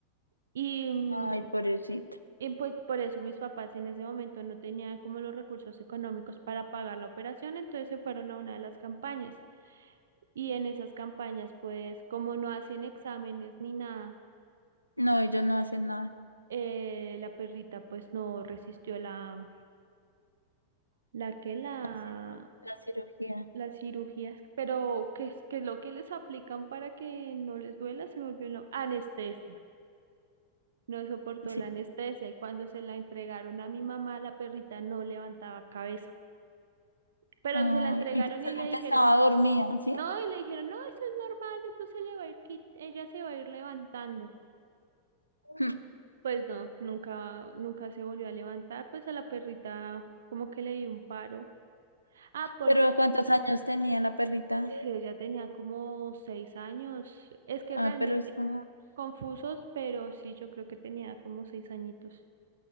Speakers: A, on the right (about 65°); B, on the left (about 80°).
A: Y, mm,
B: Ay, pobrecito.
A: y pues por eso mis papás en ese momento no tenían como los recursos económicos para pagar la operación, entonces se fueron a una de las campañas. Y en esas campañas, pues como no hacen exámenes ni nada,
B: No, ellos no hacen nada,
A: eh, la perrita pues no resistió la, la que la,
B: no hacen la cirugía,
A: Las cirugías, pero ¿qué es, qué es lo que les aplican para que no les duela? Se me olvidó el nom- Anestesia. No soportó
B: sí.
A: la anestesia y cuando se la entregaron a mi mamá, la perrita no levantaba cabeza. Pero
B: Ay,
A: se la entregaron
B: y pensaron
A: y le dijeron,
B: que estaba dormida, ¿sí?
A: no, y le dijeron, no, esto es normal, esto se le va a ir, quit- ella se va a ir levantando.
B: Mm.
A: Pues no, nunca, nunca se volvió a levantar, pues a la perrita como que le dio un paro. Ah, porque
B: Pero ¿cuántos años tenía la perrita?
A: Sí, ya tenía como seis años. Es que
B: Ah,
A: realmente
B: pero está,
A: confusos, pero sí, yo creo que tenía como seis añitos.